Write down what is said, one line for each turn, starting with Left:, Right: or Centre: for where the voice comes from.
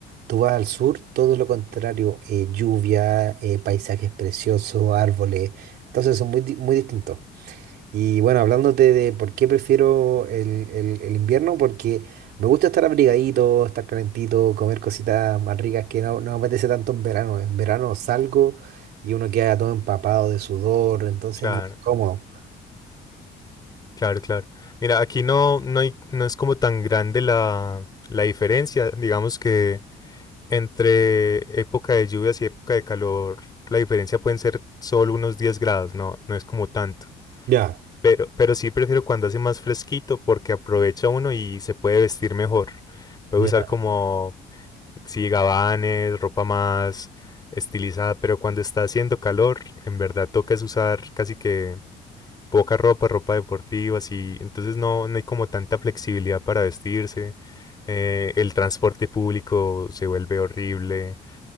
Right: Tú vas al sur, todo lo contrario, eh, lluvia, eh, paisajes preciosos, árboles, entonces son muy, di- muy distintos. Y bueno, hablándote de por qué prefiero el, el- el invierno, porque me gusta estar abrigadito, estar calentito, comer cositas más ricas que no, no me apetece tanto en verano. En verano salgo y uno queda todo empapado de sudor, entonces
Left: Claro,
Right: es más incómodo.
Left: claro, claro. Mira, aquí no, no, hay- no es como tan grande la, la diferencia. Digamos que entre época de lluvias y época de calor, la diferencia pueden ser solo unos 10 grados, no, no es como tanto.
Right: Ya,
Left: Pero, pero sí prefiero cuando hace más fresquito porque aprovecha uno y se puede vestir mejor. Puede
Right: ya.
Left: usar como sí, gabanes, ropa más estilizada, pero cuando está haciendo calor, en verdad toca es usar casi que poca ropa, ropa deportiva, así, entonces no, no hay como tanta flexibilidad para vestirse. Eh, el transporte público se vuelve horrible,